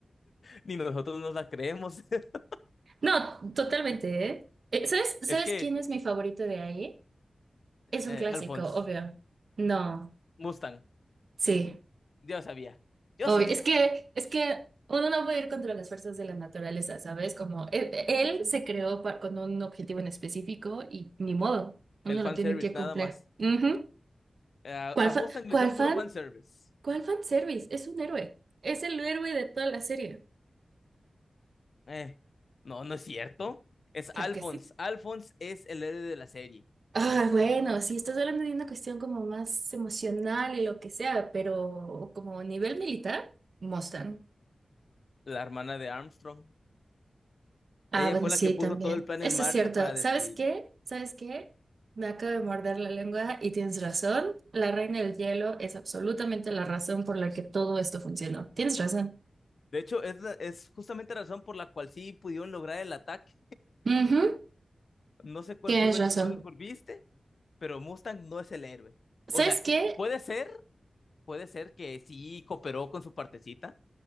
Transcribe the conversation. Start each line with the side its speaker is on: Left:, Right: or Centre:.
Left: Ni nosotros nos la creemos. <laughs>
Right: No, totalmente, ¿eh? Eh, ¿Sabes, sabes
Left: Es que,
Right: quién es mi favorito de ahí? Es un
Left: eh,
Right: clásico,
Left: Alphonse,
Right: obvio. No,
Left: Mustang,
Right: sí.
Left: yo sabía, yo
Right: Obvio,
Left: sabía.
Right: Es que, es que uno no puede ir contra las fuerzas de la naturaleza, ¿sabes? Como él, él se creó pa- con un objetivo en específico y ni modo, uno
Left: El fanservice,
Right: lo tiene que cumplir.
Left: nada más.
Right: Ujú.
Left: Eh, a
Right: ¿Cuál
Left: a
Right: fan?
Left: Mustang
Right: ¿Cuál
Left: le hicieron
Right: fan?
Left: puro fanservice.
Right: ¿Cuál fan service? Es un héroe. Es el héroe de toda la serie.
Left: Eh, no, no es cierto. Es
Right: Claro
Left: Alphonse.
Right: que sí.
Left: Alphonse es el héroe de la serie,
Right: Ah, bueno, si estás hablando de una cuestión como más emocional y lo que sea, pero como a nivel militar, Mustang.
Left: la hermana de Armstrong.
Right: Ah,
Left: Ella
Right: bueno,
Left: fue
Right: sí,
Left: la que puso
Right: también.
Left: todo el plan
Right: Eso
Left: en marcha
Right: es cierto.
Left: para destruirlo.
Right: ¿Sabes qué? ¿Sabes qué? Me acabo de morder la lengua y tienes razón. La reina del hielo es absolutamente la razón por la que todo esto funcionó. Tienes razón.
Left: De hecho, es, la- es justamente la razón por la cual sí pudieron lograr el ataque.
Right: Ujú,
Left: No sé cuál
Right: Tienes
Left: Full Metal
Right: razón.
Left: Brotherhood viste, pero Mustang no es el héroe.
Right: ¿Sabes
Left: O sea,
Right: qué?
Left: puede ser, puede ser que sí cooperó con su partecita.